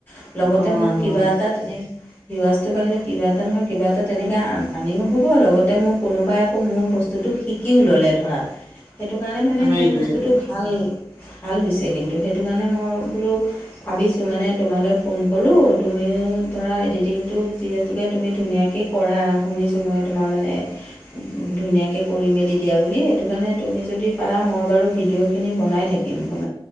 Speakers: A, on the left; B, on the left.
A: আহ আহ। লগতে
B: হয়,
A: মোৰ কিবা
B: হয়।
A: এটা তেনে ভিউৱাজটো বাঢ়িলে কিবা এটা নহয় কিবা এটা তেনেকে আ আ। আৰ্নিঙো হ'ব লগতে মোৰ কোনোবাই আকৌ মোৰ বস্তুটো শিকিও ল'লে ধৰা। সেইটো কাৰণে মানে
B: সেইটোৱে।
A: সেই বস্তুটো ভাল ভাল হৈছে কিন্তু সেইটো কাৰণে মই বোলো আ হা। ভাবিছোঁ মানে তোমালৈ ফোন কৰোঁ তুমি এ এ ধৰা এডিটিংটো যিহেতুকে তুমি ধুনীয়াকে কৰা শুনিছোঁ মই তোমাৰ মানে এ হে। ছ ধু ধু ধুনীয়াকে কৰি মেলি দিয়া বুলি সেইটো কাৰণে তুমি যদি পাৰা মই বাৰু ভিডিঅ' খিনি বনাই থাকিম বন